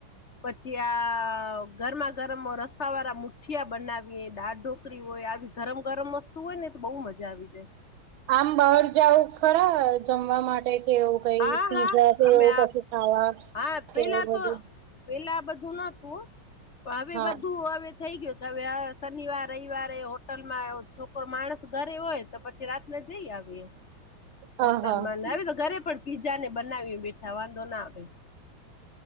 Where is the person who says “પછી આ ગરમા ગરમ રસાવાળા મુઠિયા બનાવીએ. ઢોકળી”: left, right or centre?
Left